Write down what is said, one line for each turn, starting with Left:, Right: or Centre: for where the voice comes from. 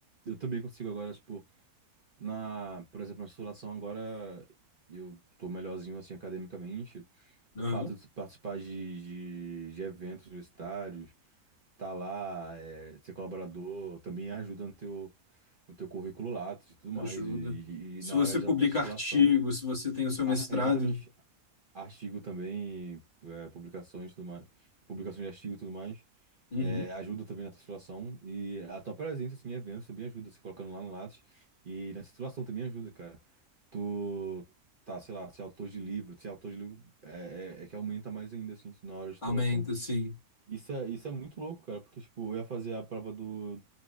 Right: eu também consigo agora, tipo. Na, por exemplo, na titulação agora eu tô melhorzinho assim academicamente.
Left: Não,
Right: O fato de participar de, de, de eventos universitários, tá lá, é, ser colaborador, também ajuda no teu, no teu currículo Lattes e tudo mais.
Left: ajuda.
Right: E, e-
Left: Se
Right: e na
Left: você
Right: hora da,
Left: publica
Right: da titulação,
Left: artigo, se você tem o seu mestrado.
Right: a- exatamente, artigo também, é, publicações, tudo mais, publicações de artigo e tudo mais,
Left: Uhum.
Right: é, ajuda também na titulação e a tua presença assim, em eventos também ajuda, se colocando lá no Lattes e na titulação também ajuda, cara. Tu tá, sei lá, ser autor de livro, ser autor de livro é, é, é que aumenta mais ainda, assim, na hora de titulação.
Left: Aumenta, sim.
Right: Isso é, isso é muito louco, cara, porque, tipo, eu ia fazer a prova do,